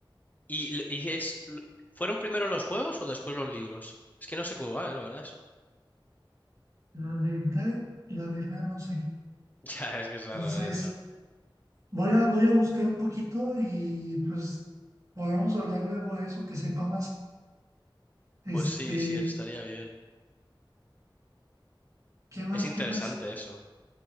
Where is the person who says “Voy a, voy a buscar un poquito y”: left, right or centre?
Right